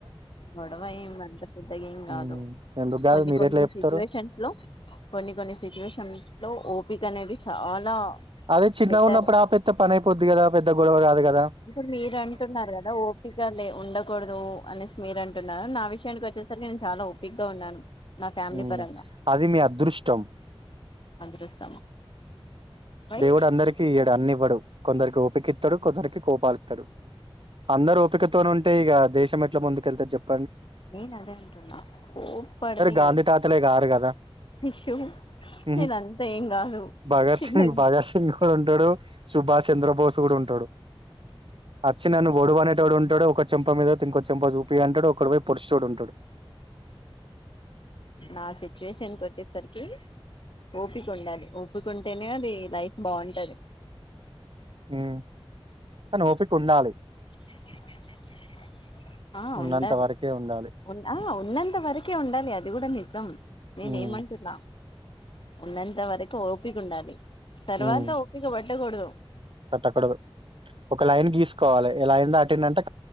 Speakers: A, on the left (about 60°); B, on the right (about 60°).
A: గడవ ఇం అంత పెద్దగెం కాదు
B: ఉమ్ ఎందుకు కాదు
A: కొన్ని
B: మీరెట్లా
A: కొన్ని
B: చెప్తారు
A: సిచ్యువేషన్స్ లో కొన్ని కొన్ని సిచ్యువేషన్స్ లో ఓపికనేది చాలా
B: అదే చిన్నగా
A: బెటర్
B: ఉన్నప్పుడు ఆపెత్తే పనయిపోద్ది కదా పెద్ద గొడవ కాదు కద్
A: ఇప్పుడు మీరు అంటున్నారు కదా ఓపిక లే ఉండకూడదు అనేసి మీరంటున్నార నా విషయానికి వచ్చేసరికి నేను చాలా ఓపిగ్గా ఉన్నాను నా ఫ్యామిలీ
B: ఉ
A: పరంగా
B: అది మీ అదృష్టం
A: అదృష్టం వై
B: దేవుడు అందరికిీ ఇయ్యడు అన్ని ఇవ్వడు కొందరికి ఓపిక ఇత్తడు కకొందరికి కోపాలు ఇత్తడు అందరు ఓపికతోని ఉంటే ఇక దేశం ఎట్లా ముందుకెళ్తేరు చెప్పు
A: నేను అదే అంటున్నా కోపడతే
B: గాంది తాత్లే కారు కదా
A: ఇష్యూ
B: ఉహు
A: నేన అంతా ఏం కాదు
B: భగత్
A: చిన్నగనే
B: సింగ్ భగత్ సింగ్ కూడా ఉంటాడు సుభాష్ చంద్రబోస్ కూడా ఉంటడు అచ్చి నన్న బోడు బనే తోడు ఉంటు టాడు ఒక చెంప మీద ఇంకో చెంప చూపి అంటాడు ఒకడు వోయి పొడుసు చూడు ఉంటాడు
A: నా సిచ్యుయేషన్కి వచ్చేసరికి ఓపిక ఉండాలి ఓపిక ఉంటేనే అది లైఫ్ బాగుంటది
B: హు నోపిక ఉండాలి
A: ఆ ఆ
B: ఉన్నంత
A: ఉండాలి
B: వరకే ఉండాలి
A: ఉన్ ఆ ఉన్నంత వరకే ఉండాలి అది కూడా నిజం నేనే
B: ఉమ్
A: ఏమంటున్నా ఉన్నంత వరకు ఓపిక ఉండాలి తర్వాత
B: హ్మ్.
A: ఒప్పిక బట్టకూడదు
B: కట్టకూడదు ఒక లైన్ గీసుకోవాలి ఏ లైన్ దాటిండి అంటే